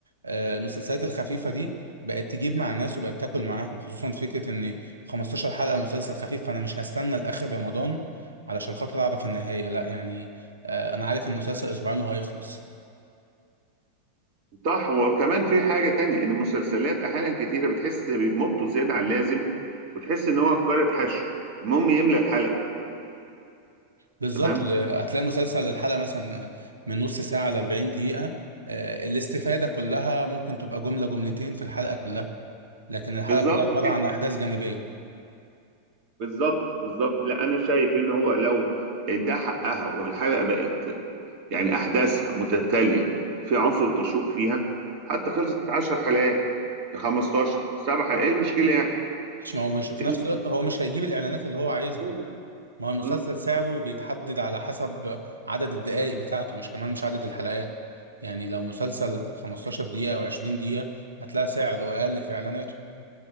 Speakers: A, on the right (about 80°); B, on the right (about 45°).
A: آه، المسلسلات الخفيفه دي بقت تجيب مع الناس وبقت تاكل معاهم خصوصا فكره ان 15 حلقه مسلسل خفيف فانا مش هستنى لاخر رمضان علشان خاطر اعرف النهايه لا يعني آه، انا عارف ان المسلسل اسبوعين وهيخلص
B: صح وكمان في حاجة تانية إن المسلسلات أحيانا كتيرة بتحس بيمطوا زيادة عن اللازم وتحس إن هو مجرد حشو المهم يملى الحلقة
A: بالظبط
B: تمام
A: هتلاقي مسلسل الحلقة مثلا من نص ساعة ل 40 دقيقة آه، الاستفادة كلها ممكن تبقى جملة جملتين في الحلقة كلها لكن الحلقة
B: بالظبط
A: كلها عبارة
B: كده
A: عن أحداث جانبية
B: بالظبط بالظبط لا أنا شايف إن هو لو ده حقها والحلقة بقت يعني أحداثها متتالية وفي عنصر تشوق فيها حتى خلصت 10 حلقات 15 سبع حلقات إيه المشكلة يعني؟
A: مش ما هو مش في
B: إيه
A: نفس الوقت هو مش هيجيب الإعلانات اللي هو عايزها
B: المشكلة يعني؟
A: ما هو المسلسل
B: مم.
A: سعره بيتحدد على حسب عدد الدقائق بتاعته مش كمان مش عدد الحلقات يعني لو مسلسل 15 دقيقة أو 20 دقيقة هتلاقي سعره أقل في إعلاناته